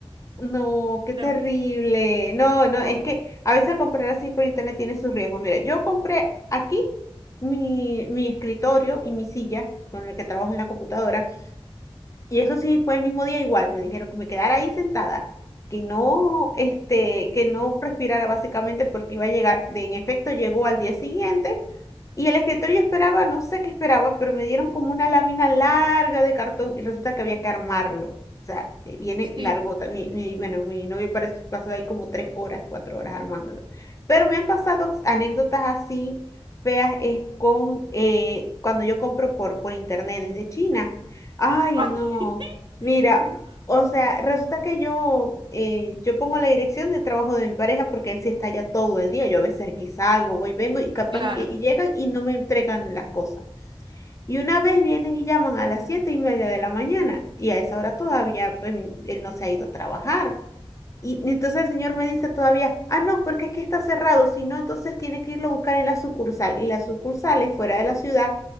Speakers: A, on the left; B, on the right.
A: No, qué
B: Pero,
A: terrible. No, no,
B: ay,
A: es que a veces comprar así por internet tiene sus riesgos. Mira, yo compré aquí mi, mi escritorio y mi silla con el que trabajo en la computadora Y eso sí fue el mismo día igual, me dijeron que me quedara ahí sentada, que no, este, que no respirara básicamente porque iba a llegar, de, en efecto llegó al día siguiente y el escritorio yo esperaba, no sé qué esperaba, pero me dieron como una lámina larga de cartón y resulta que había que armarlo. O sea, eh, viene
B: sí.
A: largota. Mi, mi, bueno, mi novio parece, pasó ahí como tres horas, cuatro horas armándolo. Pero me han pasado anécdotas así feas es con eh, cuando yo compro por, por internet desde China. Ay,
B: Ay,
A: no. Mira,
B: <laughs>
A: o sea, resulta que yo, eh, yo pongo la dirección de trabajo de mi pareja porque él sí está allá todo el día. Yo a veces aquí salgo, voy, vengo y capaz
B: claro.
A: y que y llegan y no me entregan las cosas. Y una vez vienen y llaman a las siete y media de la mañana y a esa hora todavía pues, él no se ha ido a trabajar. Y entonces el señor me dice todavía, ah, no, porque aquí está cerrado, si no, entonces tiene que irlo a buscar en la sucursal. Y la sucursal es fuera de la ciudad,